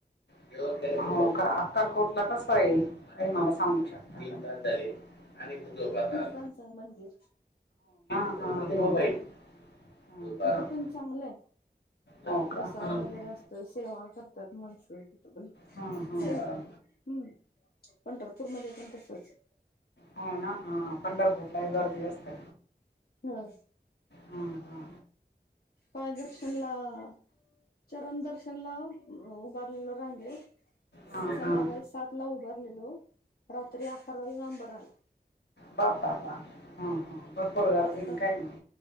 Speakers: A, on the left; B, on the left.
A: हा हा हा का अक्कलकोट ला कस ये हे मला सा थांबू शकता का? आणि कुझो बाजार
B: थांचा मंदिर
A: हां.
B: हम्म,
A: हां, हां.
B: तिथं पण चांगलं आहे.
A: हो
B: प्रसाद
A: का हां
B: वगैरे
A: हां
B: असतोय सेवा कर त्यात मनसोळकी
A: हां हां
B: चल हम्म पंढर पूर मध्ये पण तसचं.
A: हो ना. हां पंढरपूरलाही गर्दी असते,
B: ह
A: हा हा.
B: पायदर्शनला आ चरण दर्शन ला उभारलेलो रांगेत.
A: हां
B: संध्याकाळी
A: हां
B: सातला उभारलेलो रात्री अकराला नंबर आला.
A: बाप्पा बा. हा हा पर पुढं जरा
B: पाच
A: दिन
B: तास
A: काय मा